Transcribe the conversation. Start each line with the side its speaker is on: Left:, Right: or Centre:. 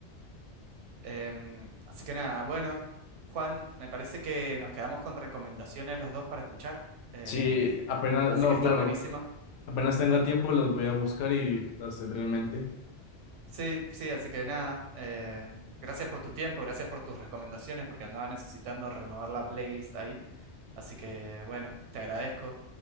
Right: Em, así que nada, bueno, Juan, me parece que nos quedamos con recomendaciones los dos para escuchar. eh,
Left: Sí, apenas,
Right: así
Left: no,
Right: que está
Left: claro,
Right: buenísimo.
Left: apenas tenga tiempo las voy a buscar y las tendré en mente.
Right: Sí, sí, así que nada, eh, gracias por tu tiempo, gracias por tus recomendaciones, porque andaba necesitando renovar la playlist ahí. Así que bueno, te agradezco